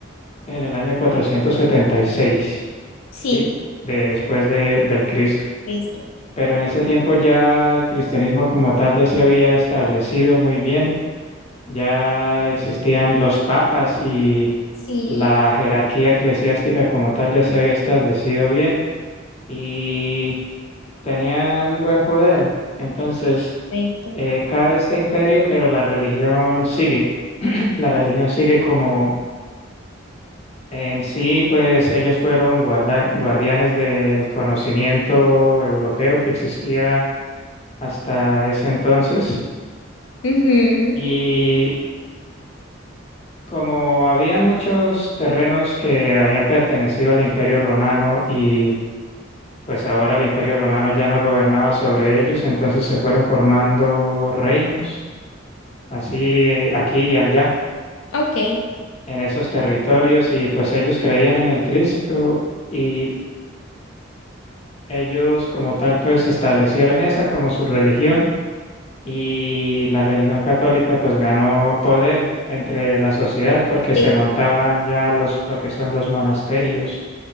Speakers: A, on the left (about 30°); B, on the left (about 80°).
A: en el año cuatrocientos setenta y seis
B: Sí,
A: ¿sí? Después de, del Cristo.
B: listo.
A: Pero en ese tiempo ya el cristianismo como tal ya se había establecido muy bien, ya existían los papas y
B: sí.
A: la jerarquía eclesiástica como tal ya se había establecido bien. Y tenían buen poder. Entonces,
B: Perfecto.
A: eh, cae este imperio, pero la religión sigue. <clears throat> La religión sigue como en sí, pues ellos fueron guarda- guardianes del conocimiento europeo que existía hasta ese entonces.
B: Ujú.
A: Y como habían muchos terrenos que habían pertenecido al imperio romano y pues ahora el imperio romano ya no gobernaba sobre ellos, entonces se fueron formando reinos así eh, aquí y allá,
B: Ok.
A: en esos territorios, y pues ellos creían en el Cristo y ellos como tal pues establecieron esa como su religión y la religión católica pues ganó poder entre la sociedad porque
B: Sí,
A: se montaban ya los, lo que son los monasterios,